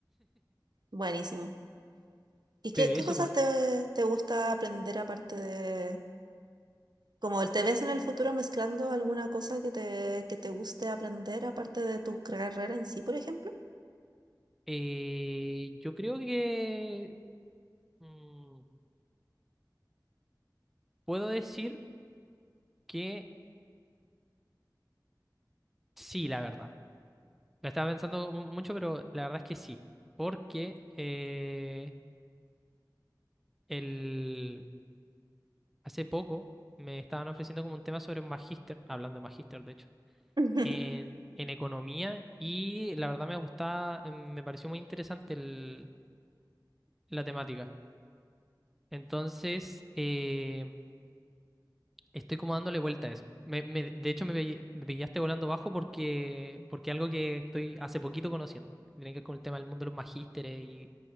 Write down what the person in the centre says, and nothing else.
Pero
eso,
pon-
eh, yo creo que mm, puedo decir que sí, la verdad. La estaba pensando mu- mucho, pero la verdad es que sí. Porque eh, el, hace poco me estaban ofreciendo como un tema sobre un magíster, hablando de magíster, de hecho,
en, en economía y la verdad me gustaba, em, me pareció muy interesante el- la temática. Entonces, eh, Estoy como dándole vuelta a eso. Me- me- de hecho, me, pe- me pillaste volando bajo porque, porque algo que estoy hace poquito conociendo. que Tiene que ver con el tema del mundo de los magísteres y